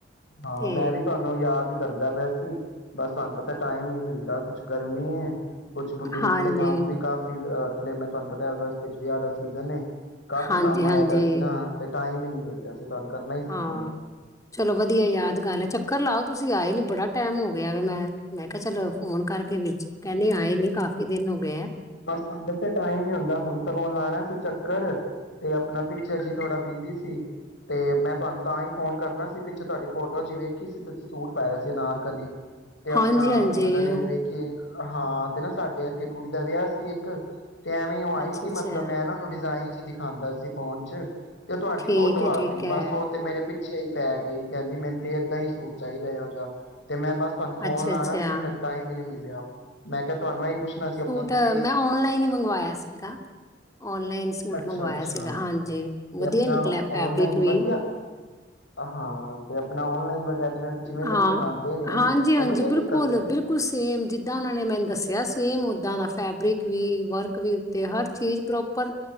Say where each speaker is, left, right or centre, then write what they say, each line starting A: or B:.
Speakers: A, on the left; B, on the left.
A: ਹਾਂ
B: ਤੇ
A: ਮੈਂ ਵੀ ਤੁਹਾਨੂੰ ਯਾਦ ਕਰਦਾ ਪਿਆ ਸੀ ਬਸ ਤੁਹਾਨੂੰ ਪਤਾ ਟਾਈਮ ਨੀ ਮਿਲਦਾ ਕੁੱਛ ਗਰਮੀ ਏ ਕੁਛ ਬੁਟੀਕ
B: ਹਾਂਜੀ
A: ਤੇ ਕੰਮ ਵੀ ਕਾਫੀ ਅ ਲੈ ਮੈਂ ਤੁਹਾਨੂੰ ਪਤਾ ਹੈਗਸਤ ਚ ਵਿਆਹ ਦਾ ਸੀਜ਼ਨਏ ਕਾਫੀ
B: ਹਾਂਜੀ
A: ਕੰਮ
B: ਹਾਂਜੀ
A: ਆਇ ਪਿਆ ਸੀ ਨਾ ਤੇ ਟਾਈਮ ਹੀ ਨਹੀਂੀ ਮਿਲ ਗਿਆ। ਤੁਹਾਨੂੰ ਕਰਨਾ ਸੀ
B: ਹਾਂ
A: ਫੋਨ
B: ਚਲੋ ਵਧੀਆ ਯਾਦਗਾਰ ਹੈ, ਚੱਕਰ ਲਾਓ ਤੁਸੀਂ ਆਏ ਨੀ ਬੜਾ ਟਾਈਮ ਹੋ ਗਿਆ ਵਾ ਮੈਂ-ਮੈਂ ਕਿਹਾ ਚਲੋ, ਫੋਨ ਕਰਕੇ ਕਹਿੰਦੀ ਆਏ ਨੀ ਕਾਫੀ ਦਿਨ ਹੋ ਗਏ ਆ।
A: <unintelligible> ਟਾਈਮ ਹੀ ਹੁੰਦਾ ਹੁਣ ਸਗੋਂ ਲਾਣਾ ਸੀ ਚੱਕਰ ਤੇ ਆਪਣਾ ਪਿੱਛੇ ਜੀ ਥੋੜਾ ਬਿਜੀ ਸੀ ਤੇ ਮੈਂ ਤੁਹਾਨੂੰ ਤਾਂ ਹੀ ਫੋਨ ਕਰਨਾ ਸੀ, ਪਿੱਛੇ ਤੁਹਾਡੀ ਫੋਟੋ ਜੀ ਵੇਖੀ ਸੀ, ਤੁਸੀਂ ਸੂਟ ਪਾਇਆ ਸੀ ਅਨਾਰਕਲੀ ਤੇ ਆਪਣਾ
B: ਹਾਂਜੀ ਹਾਂਜੀ
A: ਇਹਨਾਂ ਨੇ
B: ਉਹ
A: ਵੀ ਵੇਖਿਆ ਹਾਂ ਤੇ ਨਾ ਸਾਡੇ। ਕਿ ਕੁੜੀ ਦਾ ਵਿਆਹ ਸੀ ਇੱਕ ਤੇ ਐਵੇਂ ਉਹ ਆਈ
B: ਅੱਛਾ
A: ਸੀ
B: ਅੱਛਾ
A: ਮਤਲਬ, ਮੈਂ ਇਹਨਾਂ ਨੂੰ ਡਿਜ਼ਾਇਨ ਦਿਖਾਂਦਾ ਸੀ ਫੋਨ ਚ, ਤੇ ਤੁਹਾਡੀ
B: ਠੀਕ
A: ਫੋਟੋ
B: ਹੈ
A: ਆ
B: ਠੀਕ
A: ਗਈ,
B: ਹੈ
A: ਬਸ ਉਹ ਤੇ ਮੇਰੇ ਪਿੱਛੇ ਪਿੱਛੇ ਹੀ ਪੈ ਗਈ ਕਹਿੰਦੀ ਮੈਨੂੰ ਤੇ ਏਦਾਂ ਦਾ ਹੀ ਸੂਟ ਚਾਹੀਦਾ, ਇਹੋ ਜਿਹਾ ਤੇ ਮੈਂ ਬਸ ਤੁਹਾਨੂੰ ਫੋਨ
B: ਅੱਛਾ
A: ਲਾਣਾ
B: ਅੱਛਾ
A: ਸੀ ਫਿਰ ਟਾਈਮ ਈ ਨੀ ਮਿਲਿਆ। ਪਿਆ। ਮੈਂ ਕਿਹਾ, ਤੁਹਾਨੂੰ ਇਹੀ ਪੁੱਛਣਾ ਸੀ ਆਪਣਾ ਤੁਸੀਂ
B: ਤਾਂ ਮੈਂ ਔਨਲਾਈਨ ਹੀ ਮੰਗਵਾਇਆ ਸੀਗਾ, ਔਨਲਾਈਨ ਸੂਟ
A: ਅੱਛਾ-ਅੱਛਾ
B: ਮੰਗਵਾਇਆ ਸੀਗਾ, ਹਾਂਜੀ
A: ਤੇ
B: ਵਧੀਆ
A: ਆਪਣਾ
B: ਨਿਕਲਿਆ ਫੈਬਰਿਕ
A: ਔਨਲਾਈਨ
B: ਵੀ।
A: ਵਧੀਆ ਹਾਂ ਤੇ ਆਪਣਾ ਔਨਲਾਈਨ ਵਗੈਰਾ ਜਿਵੇਂ ਜਿਵੇਂ
B: ਹਾਂ,
A: ਦਾ ਦਿਖਾਂਦੇ ਨੇ
B: ਹਾਂਜੀ-ਹਾਂਜੀ
A: ਉਵੇਂ ਜਿਹਾ ਹੀ
B: ਬਿਲਕੁਲ-ਬਿਲਕੁਲ
A: ਨਿਕਲਦਾ।
B: ਸੇਮ ਜਿੱਦਾਂ ਉਹਨਾਂ ਨੇ ਮੈਨੂੰ ਦੱਸਿਆ ਸੀ, ਸੇਮ ਓਦਾਂ ਦਾ ਫੈਬਰਿਕ ਵੀ, ਵਰਕ ਵੀ ਉੱਤੇ ਹਰ ਚੀਜ਼ ਪ੍ਰੋਪਰ